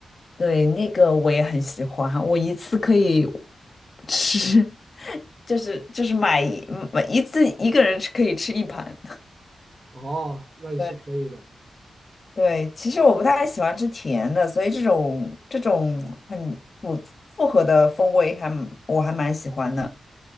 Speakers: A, on the left (about 50°); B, on the right (about 35°).
A: 对，那个我也很喜欢，我一次可以吃，就是就是买一买一次一个人吃可以吃一盘。
B: 哦，那也是可以的，
A: 对对，其实我不太喜欢吃甜的，所以这种这种很复复合的风味还蛮我还蛮喜欢的。